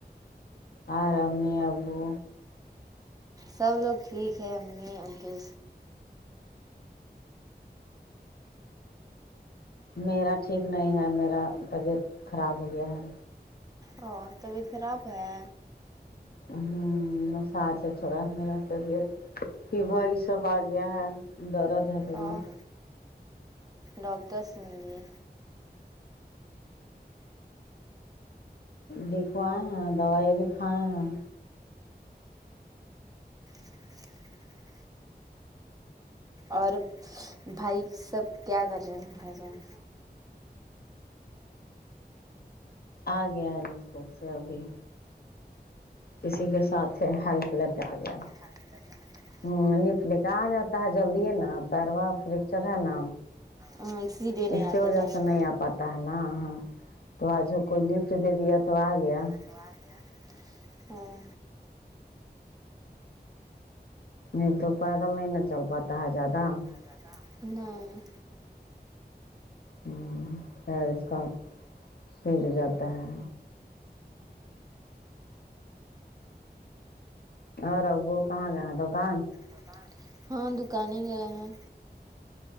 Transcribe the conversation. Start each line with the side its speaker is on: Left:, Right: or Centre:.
Left: اور امی ابو
Right: سب لوگ ٹھیک ہے امی ابو
Left: میرا ٹھیک نہیں ہے میرا طبیعت خراب ہو گیا ہے
Right: او طبیعت خراب ہے
Left: ہمم مساج ہے تھوڑا میرا طبیعت فیورھر یہ سب آ گیا ہے درد ہے بڑی
Right: اور ڈاکٹر سے ملیے
Left: دکھوائے ہیں دوائی بھی کھائے ہیں
Right: <unintelligible> اور بھائی سب کیا کر رہے ہے بھائی جان
Left: آگے آگے اسکول سے ابھی کسی کے ساتھ ہیلپ لیتے آ گیا
Right: ہیلپ لے کر ا گیا
Left: ہمم لفٹ کے آ جاتا ہے جلدی ہے نا پیروا فریکچر ہے نا
Right: ہاں اسی دے
Left: اس
Right: نہیں آتے
Left: کی وجہ
Right: ٹائم
Left: سے
Right: پہ
Left: نہیں آ پاتا ہے نا تو آج کوئی لفٹ دے دیا تو آ گیا
Right: توا گیا ہمم
Left: نہیں تو پیدل نہیں نا چل پاتا ہے زیادہ
Right: جاتا نہیں
Left: ہمم پیر اس کا سوج جاتا ہے اور ابو کہاں گئے دکان
Right: دکان ہاں دکانیں گئے ہیں